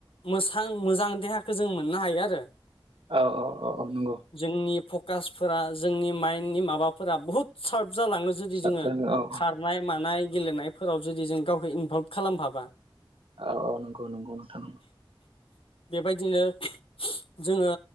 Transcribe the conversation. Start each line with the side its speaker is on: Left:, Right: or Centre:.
Left: मोसां मोजां देहाखौ जों मोननो हायो आरो
Right: औ-औ-औ-औ नंगौ
Left: जोंनि फकासफोरा जोंनि माइनदनि माबाफोरा बुहुत सार्प जालाङो जुदि
Right: साबजानो
Left: जोङो
Right: औ औ
Left: खारनाय मानाय गेलेनायफोराव जुदि जों गावखौ इनभल्भ खालामफाबा
Right: औ-औ नंगौ नंगौ नोंथां
Left: बेबायदिनो जोङो